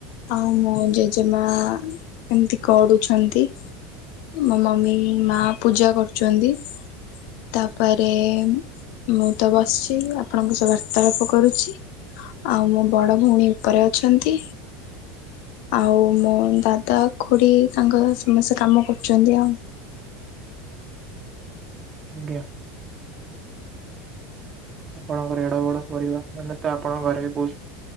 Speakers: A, on the left; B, on the right.
A: ଆଉ ମୋ ଜେଜେମା ଏମିତି ଗଡୁଛନ୍ତି। ମୋ ମମି ମା ପୂଜା କରୁଛନ୍ତି। ତାପରେ ମୁଁ ତ ବସିଛି। ଆ ଆପଣଙ୍କ ସହ ବାର୍ତାଳାପ କରୁଛି, ଆଉ ମୋ ବଡ ଭଉଣୀ ଉପରେ ଅଛନ୍ତି। ଆଉ ମୋ ଦାଦା ଖୁଡି ତାଙ୍କ ସମସ୍ତେ କାମ କରୁଛନ୍ତି ଆଉ। <inaudible>
B: ଆଜ୍ଞା। ଆପଣଙ୍କର ଏଡ ବଡ ପରିବାର ମାନେ ତ ଆପଣଙ୍କ ଘରେ ବି ବହୁତ